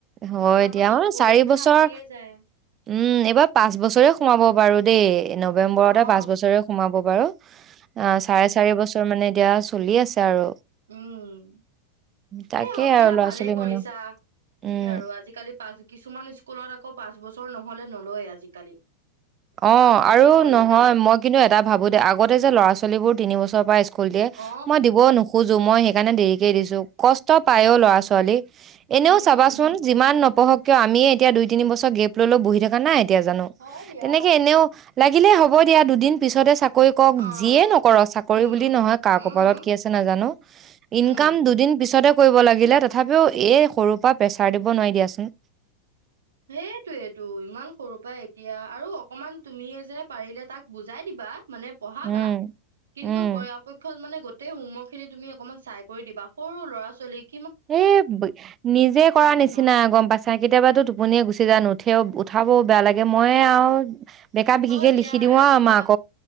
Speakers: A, on the right; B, on the right.
A: হয়
B: তাৰ পাছত
A: দিয়া অহ
B: পৰীক্ষা
A: চাৰি বছৰ,
B: আহিয়ে যায়
A: উম! এইবাৰ পাঁচ বছৰে সোমাব বাৰু দেই নৱেম্বৰতে
B: অ
A: পাঁচ বছৰে সোমাব বাৰু। অ', চাৰে চাৰি বছৰ মানে এতিয়া চলি আছে আৰু।
B: উম
A: তাকেই
B: এই হওক
A: আৰু
B: দিয়া
A: ল'ৰা-
B: ভালেই
A: ছোৱালী
B: কৰিছা
A: মানুহ
B: কি
A: উম
B: আৰু আজিকালি পাঁচ কিছুমান স্কুলত আকৌ পাঁচ বছৰ নহলে নলয়ে আজিকালি
A: অ',
B: পাঁচ বছৰ
A: আৰু
B: হলেহে
A: নহয়
B: লয়
A: মই কিন্তু এটা ভাবোঁ দেই আগতে যে ল'ৰা -ছোৱালীবোৰ তিন বছৰৰ পৰা স্কুল দিয়ে
B: অ
A: মই দিবও নোখোজো মই সেইকাৰণে দেৰিকে দিছো কষ্ট পায়ও ল'ৰা- ছোৱালী এনেও
B: উম
A: চাবাচোন
B: উম
A: যিমান নপঢ়ক কিয় আমিয়ে এতিয়া দুই -তিনি বছৰ গেপ লৈ -লৈ বহি থকা নাই এতিয়া জানো
B: হয় দিয়া
A: তেনেকে এনেও লাগিলে হ'ব দিয়া দুদিন পিছতে চাকৰি কৰক
B: অ
A: যিয়ে নকৰ চাকৰি
B: উম
A: বুলি নহয় কাৰ কপালত
B: উম
A: কি আছে নাজানো ইনকাম
B: উম,
A: দুদিন পিছতে কৰিব লাগিলে তথাপিও এই সৰু পৰা প্ৰেচাৰ দিব নোৱাৰি দিয়াচোন।
B: সেইটোয়েটো ইমান সৰু পাই এতিয়া আৰু অকমান তুমিয়ে যে পাৰিলে তাক বুজাই দিবা মানে পঢ়াবা
A: উম,
B: কিন্তু
A: উম।
B: পৰাপক্ষত মানে গতি গোটেই হোমৱৰ্ক খিনি তুমি অকমান চাই কৰি দিবা সৰু ল'ৰা- ছোৱালীক
A: এ' নিজে কৰা
B: মাথা
A: নিচিনা গম পাইছা কেতিয়াবাতোটো টোপনিয়ে গুচি যায় নুঠেও উঠাবও বেয়া লাগে ময়ে আৰু বেকা বিকিকে
B: হয় দিয়া
A: লিখি দিওঁ
B: ৰাতিপুৱা
A: আৰু মাক